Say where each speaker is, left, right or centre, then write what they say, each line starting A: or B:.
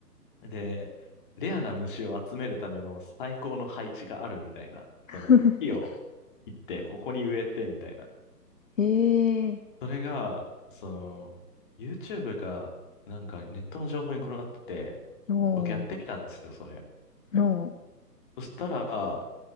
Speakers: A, on the left; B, on the left.
A: で、レアな虫を集めるための最高の配置があるみたいな。その、
B: <laughs>
A: 木を切って、ここに植えて、みたいな。
B: へえー、
A: それが、その、YouTube が、なんかネットの情報に転がってて、
B: お
A: 僕やってみたんですよ、それ。
B: ー、おー。
A: そしたら、